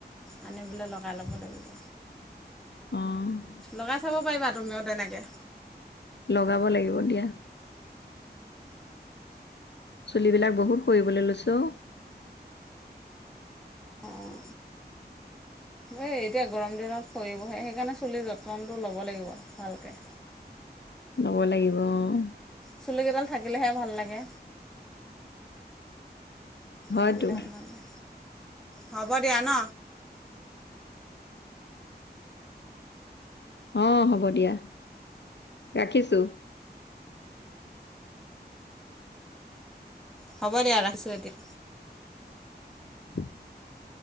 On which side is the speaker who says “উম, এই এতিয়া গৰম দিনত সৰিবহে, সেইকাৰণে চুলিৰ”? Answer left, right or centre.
Centre